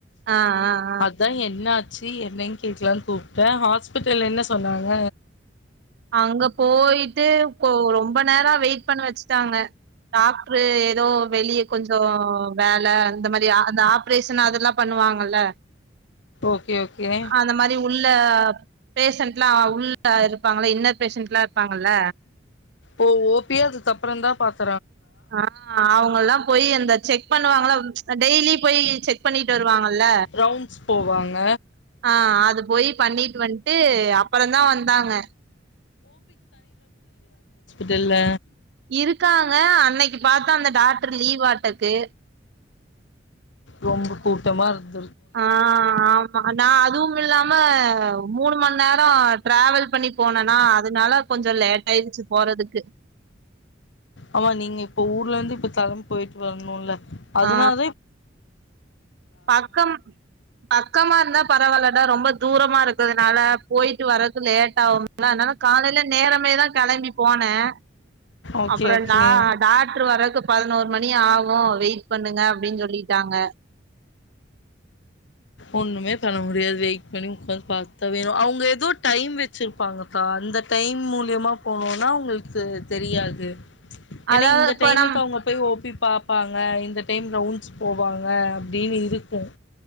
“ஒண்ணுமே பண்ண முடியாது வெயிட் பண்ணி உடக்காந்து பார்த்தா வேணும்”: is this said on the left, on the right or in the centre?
Left